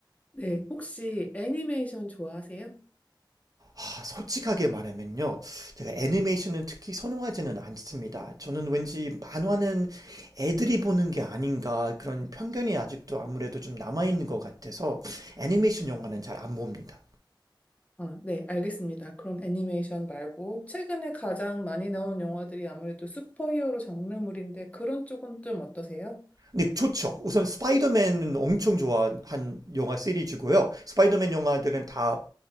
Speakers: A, on the left; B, on the right.
A: 네, 혹시 애니메이션 좋아하세요?
B: 아, 솔직하게 말하면요. 제가 애니메이션은 특히 선호하지는 않습니다. 저는 왠지 만화는 애들이 보는 게 아닌가 그런 편견이 아직도 아무래도 좀 남아있는 것 같아서 애니메이션 영화는 잘 안 봅니다.
A: 아, 네, 알겠습니다. 그럼 애니메이션 말고 최근에 가장 많이 나온 영화들이 아무래도 슈퍼히어로 장르물인데 그런 쪽은 좀 어떠세요?
B: 근데 좋죠. 우선 스파이더맨은 엄청 좋아한 영화 시리즈고요. 스파이더맨 영화들은 다